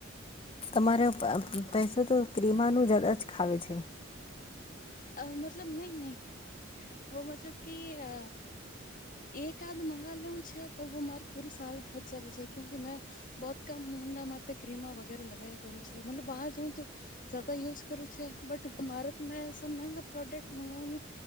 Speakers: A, on the left (about 30°); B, on the left (about 45°).
A: તમારે પૈસો તો ક્રિમાનું જદા જ ખાવે છે.
B: અ મતલબ નહી નહી વ મતલબ કે અ એકાદ મંગાવ લેવું છે તોું મારે પૂરી સાલ હચ જવે છે કું કે મેં બહત કમ મુંડામાં ક્ર્રીમા વગેરે લગાવયા કરું છે મતલબ બહાર જઉું તો જ્યાદા યુઝ કરું છે બટ મારે તો મેં મંગા પ્રોડક્ટ મંગાવ ને